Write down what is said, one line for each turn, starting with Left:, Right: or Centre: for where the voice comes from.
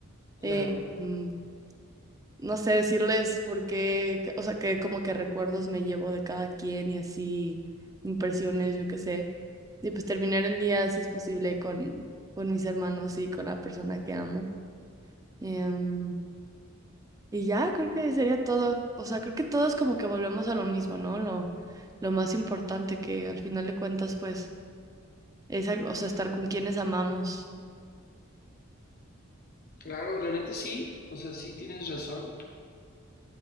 Left: claro.
Right: Eh, mm, no sé, decirles por qué, o sea, que como que recuerdos me llevo de cada quien y así, impresiones, yo qué sé. Y pues terminar el día, si es posible, con, con mis hermanos y con la persona que amo. Em, y ya, creo que sería todo. O sea, creo que todos como que volvemos a lo mismo, ¿no? Lo, lo más importante que al final de cuentas, pues, es, a- o sea, estar con quienes amamos.
Left: Claro, la neta sí, o sea, sí tienes razón.